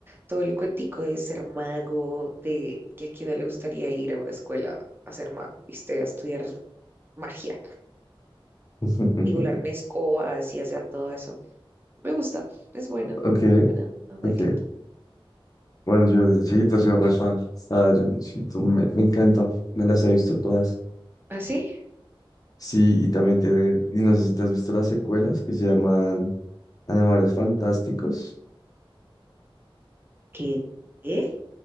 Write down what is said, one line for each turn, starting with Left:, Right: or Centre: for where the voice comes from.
Right: todo el cuentico de ser mago, de que a quién no le gustaría ir a una escuela a ser mago, ¿viste? A estudiar magia
Left: <laughs>
Right: y volar en escobas y hacer todo eso. Me gusta, es buena,
Left: Ok,
Right: buena, ¿no? ¿De
Left: ok.
Right: qué
Left: Bueno, yo desde chiquito soy re fan. Ah, yo desde chiquito me, me encantó, me las he visto todas.
Right: ¿Así?
Left: Sí, y también tiene, y no sé si te has visto las secuelas que se llaman Animales Fantásticos.
Right: ¿Qué? ¿Eh?